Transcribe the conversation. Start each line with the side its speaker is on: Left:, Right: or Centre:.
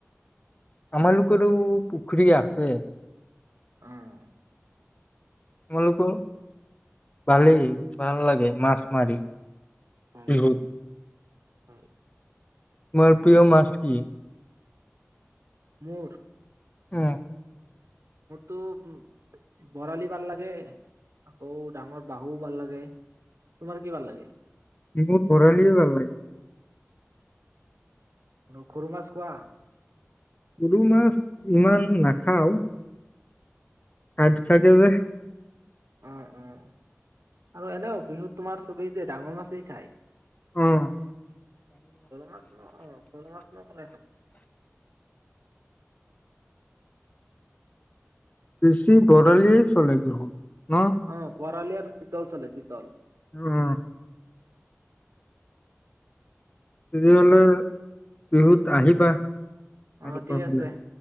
Left: আমালোকৰো পুখুৰী আছে
Right: আহ
Left: তোমালোকৰ ভালেই ভাল লাগে মাছ মাৰি
Right: হয়
Left: উ হ
Right: হয়
Left: তোমাৰ প্ৰিয় মাছ কি
Right: মোৰ
Left: উ
Right: তো উ বৰালি ভাল লাগে আকৌ ডাঙৰ বাহুও ভাল লাগে তোমাৰ কি ভাল লাগে
Left: মোৰ বৰালিয় ভাল লাগে
Right: অ সৰু মাছ কোৱা
Left: সৰু মাছ ইমান নাখাওঁ কাজ থাকে যে
Right: উ উম আৰু এনেও বিহুত তোমাৰ চবেই যে ডাঙৰ মাছেই খায়
Left: উম
Right: সৰু মাছ ন অ সৰু মাছ ন কোনে খায়
Left: বেছি বৰালিয়েই চলে বিহুত ন?
Right: অ বৰালি শীতল চলে শীতল
Left: আহ তেতিয় হলে বিহুত আহিবা।
Right: অ
Left: আৰু প
Right: ঠিক
Left: হ'লে?
Right: আছে